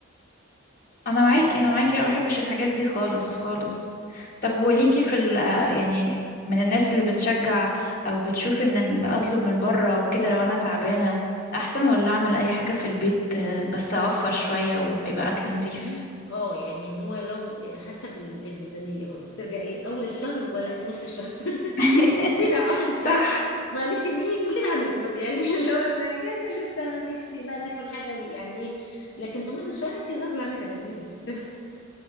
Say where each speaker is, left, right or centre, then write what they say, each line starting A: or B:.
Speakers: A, on the left; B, on the left.
A: انا
B: انت
A: معاكي
B: فاهماني
A: انا معاكي أنا ما بحبش الحاجات دي خالص خالص طب وليكي في ال آه، يعني من الناس اللي بتشجع او بتشوف ان ال- اطلب من بره وكده لو انا تعبانه احسن ولا اعمل اي حاجه في البيت آه، بس اوفر شويه ويبقى
B: بصي
A: اكل نضيف
B: اه يعني هو لو حسب ال- الميزانية برضه بترجع ايه اول الشهر ولا نص الشهر <laughs>
A: <laughs>
B: انت لا اول الشهر
A: صح
B: معلش ان ايه كلنا هنطلب يعني <laughs> اللي هو لا يعني لسه انا نفسي بقى ناكل حاجة يعني ايه لكن في نص الشهر انت غصب عنك هتعملي إيه في البيت